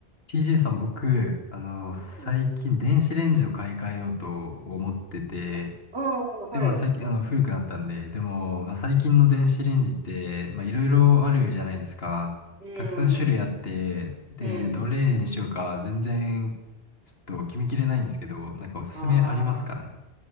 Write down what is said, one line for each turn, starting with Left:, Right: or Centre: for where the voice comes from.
Left: TJ さん、僕、あの、最近電子レンジを買い替えようと思ってて、
Right: うん。ああ、はい。
Left: で、まあ最近、あの、古くなったんで、でも、まあ最近の電子レンジって、まあいろいろあるじゃないですか。
Right: うん。
Left: たくさん種類あって、で、
Right: うん。
Left: どれにしようか全然、ちょっと決めきれないんですけど、なんかおすすめありますかね
Right: あ